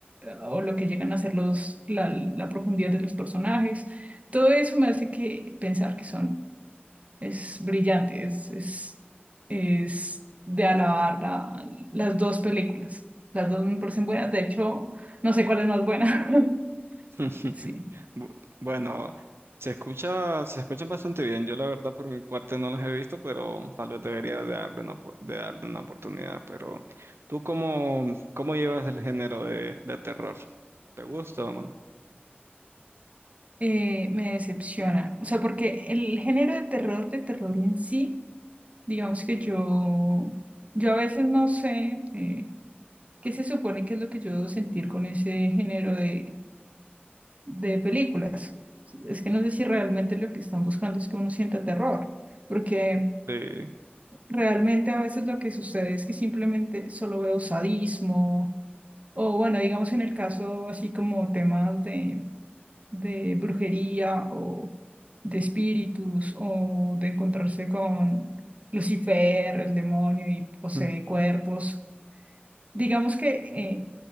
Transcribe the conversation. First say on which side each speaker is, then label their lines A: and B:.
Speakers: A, on the right (about 35°); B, on the right (about 80°).
A: o lo que llegan a ser los, la, la profundidad de los personajes. Todo eso me hace que pensar que son, es brillante, es, es, es de alabar la- las dos películas. Las dos me parecen buenas, de hecho, no sé cuál es más buena. <laughs>
B: <laughs>
A: Sí.
B: Bu- Bueno, se escucha, se escuchan bastante bien. Yo la verdad por mi parte no los he visto, pero tal vez debería de darle una, opo- de darle una oportunidad. Pero ¿tú cómo, cómo llevas el género de, de terror? ¿Te gusta o no?
A: Eh, me decepciona. O sea, porque el género de terror, de terror en sí, Digamos que yo, yo a veces no sé eh, qué se supone que es lo que yo debo sentir con ese género de, de películas. Es que no sé si realmente lo que están buscando es que uno sienta terror, porque
B: Sí.
A: realmente a veces lo que sucede es que simplemente solo veo sadismo, o bueno, digamos en el caso así como temas de de brujería o de espíritus o de encontrarse con Lucifer, el demonio y posee
B: Mm.
A: cuerpos. Digamos que eh,